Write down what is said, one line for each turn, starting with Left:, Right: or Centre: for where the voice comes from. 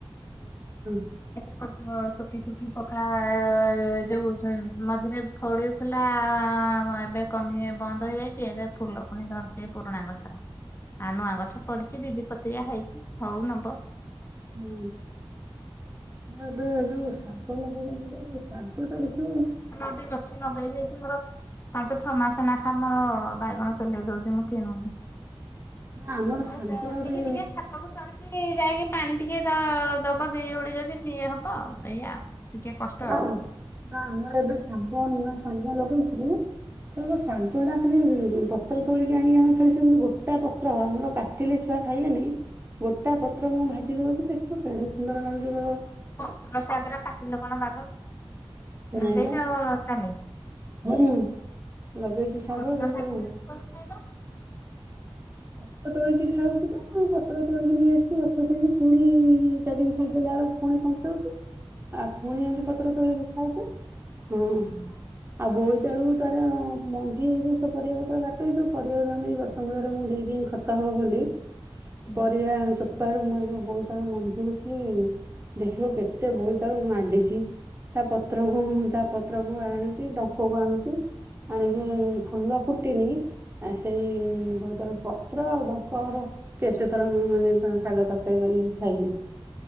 Right: <unintelligible>
Left: ଅଧିକ ସୋଫି ସୋଫି ପକ <inaudible> ଯୋଉ ସେ ମଝିରେ ଫଳେ ଥିଲା ଆ ଏବେ କମି ବନ୍ଦ ହେଇଯାଇଛି ଏବେ ଫୁଲ ପୁଣି ଧରିଛି ଏଇ ପୁରୁଣା ଗଛରେ। ଆଉ ନୂଆ ଗଛ ପଡିଚି ଦିଦି ପତ୍ରିଆ ହେଇଛି ହଉ ନବ।
Right: ହୁଁ ଏବେ ଯୋଉ ସାଗ ଲଗେଇବା <inaudible> ଶାଗ ଟା ଦେଖିବୁ
Left: ନଟି ଗଛ ନଗେଇ ଦେଇଛି ମୋର ପାଞ୍ଚ ଛଅ ମାସ ନେଖା ମୋର ବାଇଗଣ ପେଲେଇ ଦଉଛି ମୁଁ କିଣୁନି।
Right: ନା ଆମର
Left: ଭାଇ
Right: ଶାଗ
Left: ସେତିକିି
Right: ଏବେ
Left: ଟିକେ ଠାକ ସବୁ ଛାଡିକି ଯାଇକି ପାଣି ଟିକେ ଦ ଦବ ଦି ଓଳି ଯଦି ଟିଏ ହବ ଆଉ ଏଇଆ ଆଉ। ଟିକେ କଷ୍ଟ
Right: ନା
Left: ଆଉ।
Right: ଆମର ଏବେ ଶାଗ ନୂଆ ଶାଗ ଲଗେଇଛି କଇବୁ ଶାଗ ଟା ଖାଲି ପତ୍ର ତୋଳିକି ଆଣିକି ଆମେ ଖାଲି ସେମିତି ଗୋଟା ପତ୍ର ଆମର କା କଟିଲେ ଛୁଆ ଖାଇବେନି ଗୋଟା ପତ୍ର ମୁଁ ଭାଜି ଦଉଛି ଦେଖିବ ବେଢେ ସୁନ୍ଦର ଲାଗୁଛି କଇବ
Left: ପତ୍ର ସାଗରା କାଟିଲେ କଣ ବାବ କି ନଗେଇଚ
Right: ନାଇଁ ବା
Left: ତାନେ।
Right: ହୁଁ ଲଗେଇଛି ସାଙ୍ଗ
Left: ପତ୍ର
Right: କିନ୍ତୁ
Left: ଶାଗ ମଞ୍ଜି କୋଉଠୁ ଆଣିଲ?
Right: ପତ୍ର ତୋଳିକି ଖାଉଛି ତ ମୁ ପତ୍ର ତୋଳିକି ନେଇ ଆସିି ଗଛ ସାଙ୍ଗେ ପୁଣି ଚାରିଦିନ ଛାଡି ଦେଲା ବେଳୁକୁ ପୁଣି କଞ୍ଚଉଛି ଆଉ ପୁଣି ଏମିତି ପତ୍ର ତୋଳିକି ଖାଉଚୁ।
Left: ହଁ
Right: ଆଉ ବୋଇତାଳୁ ତାର ମଞ୍ଜି ହେଇଯା ପରିବାକୁ ତ କାଟେଇ ସେ ପରିବା ଗଛ ମୂଳରେ ମୁଁ ଦେଇ କିଁ ଖତ ହବ ବୋଲି
Left: ହୁଁ
Right: ପରିବା ଚୋପ୍ ପାରୁ ମୁଁ ଯୋଉ ବୋଇତାଳୁ ମଞ୍ଜିହେଇକି ଦେଖିବ କେତେ ବୋଇ ତାଳୁ ମାଣ୍ଡିଚି। ତା ପତ୍ରକୁ ତା ପତ୍ର କୁ ଆଣୁଚି ଡଙ୍କ କୁ ଆଣୁଚି ଆଣିକି ଫୁଲ ଫୁଟିନି ଆ ସେଇ ବୋଇତାଳୁ ପ ତ୍ର ଆଉ ଡଙ୍କଅର କେତେ ଥର ମାନେ ଶାଗ ତରକାରୀ କରିକି ଖାଇଲୁଣି।